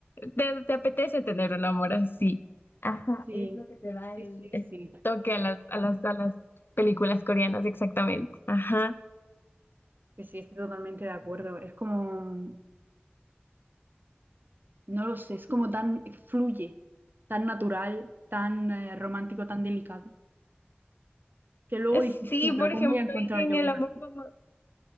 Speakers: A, on the left; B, on the right.
A: Te, te apetece tener un amor así. Ajá,
B: Sí,
A: es lo que te da
B: sí,
A: el,
B: sí,
A: El
B: sí,
A: toque a las, a las, a las películas coreanas, exactamente. Ajá.
B: sí, sí, estoy totalmente de acuerdo. Es como, no lo sé, es como tan, fluye, tan natural, tan eh, romántico, tan delicado, que luego
A: Es-
B: dices
A: Sí,
B: tú,
A: por
B: pero ¿cómo
A: ejemplo,
B: voy a encontrar
A: ahí en
B: yo
A: el
B: una
A: amor
B: así?
A: como...